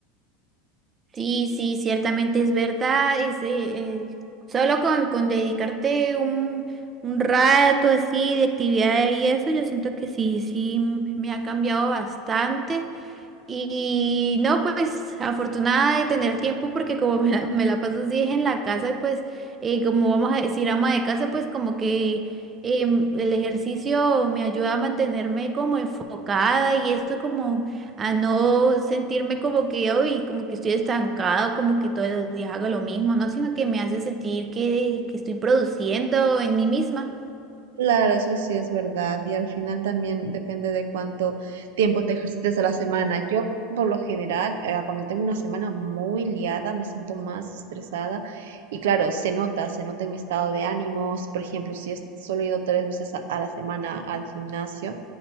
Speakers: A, on the right; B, on the right.
A: Sí, sí, ciertamente es verdad. es, eh, eh, solo con, con dedicarte un, un rato así de actividad y eso, yo siento que sí, sí, me ha cambiado bastante. Y no, pues afortunada de tener tiempo porque como <laughs> me la, me la paso así en la casa y pues eh, como vamos a decir ama de casa, pues como que em, el ejercicio me ayuda a mantenerme como enfocada y esto como a no sentirme como que hoy como que estoy estancada, o como que todos los días hago lo mismo, no, sino que me hace sentir que, que estoy produciendo en mí misma.
B: Claro, eso sí es verdad. Y al final también depende de cuánto tiempo te ejercites a la semana. Yo, por lo general, eh, cuando tengo una semana muy liada, me siento más estresada. Y claro, se nota, se nota en mi estado de ánimos. Por ejemplo, si es, solo he ido tres veces a, a la semana al gimnasio,